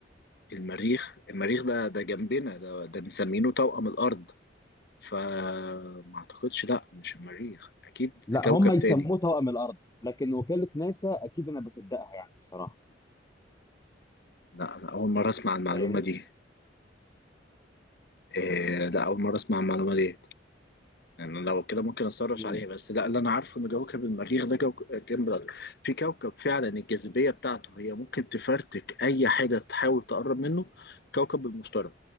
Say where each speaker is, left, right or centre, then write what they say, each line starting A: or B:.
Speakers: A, on the left; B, on the left.
A: المريخ المريخ ده ده جنبنا ده ده مسمينه توأم الأرض فما اعتقدش لا مش المريخ اكيد
B: لا
A: كوكب
B: هم يسموه
A: تاني
B: طاقم الارض لكن وكاله ناسا اكيد انا بصدقها يعني بصراحه
A: لا انا اول مرة اسمع المعلومة
B: فاهمني
A: دي إيه لا أول مرة أسمع المعلومة دي يعني لو كده ممكن أسرش
B: م-
A: عليها بس لا اللي أنا عارفه إن كوكب المريخ ده جو... جنب الأرض في كوكب فعلا الجاذبية بتاعته هي ممكن تفرتك أي حاجة تحاول تقرب منه كوكب المشتري